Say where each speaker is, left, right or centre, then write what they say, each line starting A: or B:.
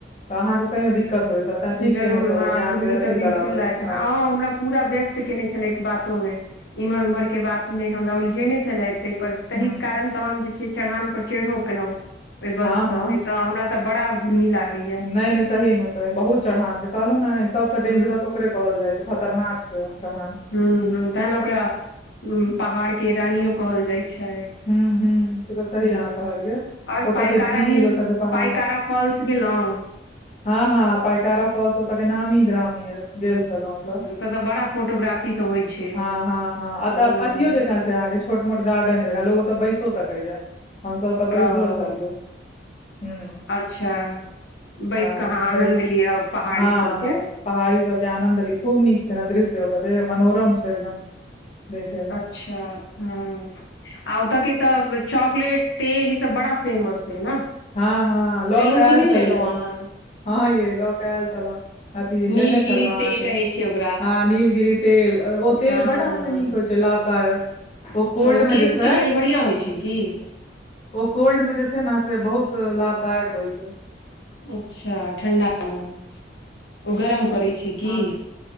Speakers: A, on the left; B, on the left.
A: तऽ अहाँ के सही मे दिक् कत होयता त ठीक
B: जरूर
A: केने चलौं
B: हँ
A: जे
B: घुर्मी
A: अहांके
B: तऽ
A: अथी
B: बिल्कुल
A: करा देलक
B: लाग
A: ह
B: हँ हमरा पूरा व्यस्त केने छलथि बातो मे इम्हर उम्हर के बात मे हमरा उलझेने छलथि तै पर तहि
A: हम्म
B: कारण तऽ हम जे छै चढ़ान पर चड़हो पेलौं ओहि बस
A: हाँ
B: से
A: हाँ
B: नय तऽ हमरा तऽ बड़ा घुर्मी लागैया
A: नय नय सही मे सही बहुत चढ़ान छै कहलौ ने सबस
B: हूँ
A: डेंजरस ओकरे कहल जाइ छै खतरनाक छय उ चरहान
B: हूं हूं तें न ओकरा पहाड़ के रानियो कहल जाइ छै
A: हूं हूं सही
B: हूँ
A: अहाँ कहलियै
B: आओर
A: ओतऽ
B: पाइकारा
A: के झील
B: हिल्स
A: ओतऽ के पहाड़
B: पाइकारा फॉल्स गेलहुँ
A: हँ हँ पाइकारा फौस ओता के नामी ग्रामी अइ गेल छलौं ओतऽ
B: हूँ तऽ बड़ा फोटोग्राफी सब होइ छै
A: हँ हँ हँ ओतऽ
B: हूँ
A: अथियो जंका अहाँ के छोट मोट गार्डन जकां लोग ओतऽ बैसो सकैया हम सब ओतऽ बैसलो
B: ओ
A: छलियै हूं
B: अच्छा बैस
A: हँ
B: कऽ अहाँ आनन्द
A: बैस
B: लिअ पहाड़ी
A: हँ
B: सभके
A: पहाड़ी सबके आनंद लिय खूब नीक छै ने दृश्य ओत मनोरम छै एकदम देखै मे
B: अच्छा हूं आ ओतऽ के तऽ चॉकलेट तेल ई सब बड़ा फेमस अइ न
A: हँ हँ लऽ
B: लेलहुँ
A: कऽ
B: कि
A: एल
B: नहि
A: छलियै
B: लेलहुँ अहाँ
A: हँ यै लऽ कऽ एल छलौं अथी
B: नीलगिरी
A: लेने छलौं अहाके
B: तेल कहै छै ओकरा
A: हँ नीलगिरी तेल ओ तेल
B: हँ
A: बड अहाँके नीक होइ छै लाभदायक कोल्ड
B: ओ
A: मे
B: केशके
A: जे छै
B: लेल बढ़िआँ होइ छै की
A: ओ कोल्ड मे जे छै ने से बहुत लाभदायक होइ छै
B: अच्छा ठण्डा मे ओ गरम करै छै की
A: हँ